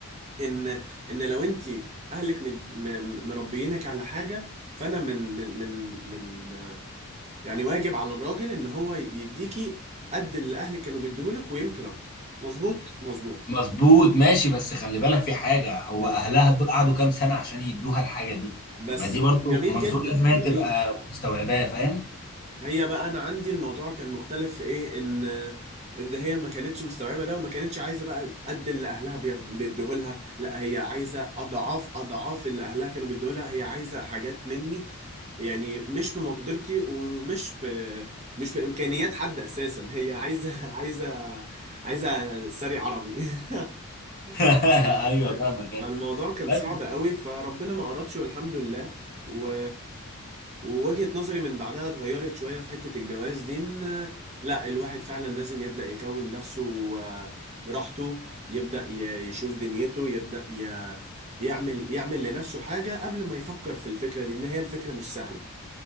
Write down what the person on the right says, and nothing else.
ان ان لو انت اهلك مد- م- م- مربيينك على حاجه فانا من من من من آه، يعني واجب على الراجل ان هو يديكي قد اللي اهلك كانوا بيديهولك ويمكن اكتر مظبوط مظبوط
وال-
بس
جميل
جدا
جميل
هي بقى انا عندي الموضوع كان مختلف في ايه ان ان هي ما كانتش مستوعبه ده وما كانتش عايزه بقى قد اللي اهلها بيدوه لها لا هي عايزه اضعاف اضعاف اللي اهلها كانوا بيدوه لها هي عايزه حاجات مني يعني مش في مقدرتي ومش في مش في امكانيات حد اساسا هي عايزه <laughs> عايزه عايزه ساري عربي <laughs>
<laughs>
فالموضوع كان
صعب قوي فربنا ما أردش والحمد لله و... ووجهة نظري من بعدها اتغيرت شوية في حتة الجواز دي إن لا الواحد فعلا لازم يبدأ يكون نفسه آه، براحته يبدأ ي- يشوف دنيته يبدأ ي... يعمل يعمل لنفسه حاجة قبل ما يفكر في الفكرة دي إن هي الفكرة مش سهلة